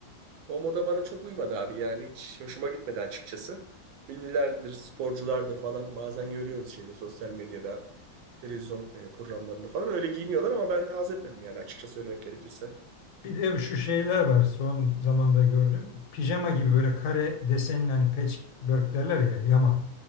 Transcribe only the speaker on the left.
Bir de şu şeyler var son zamanda gördüm. Pijama gibi böyle kare desenli hani patchwork derler ya yama.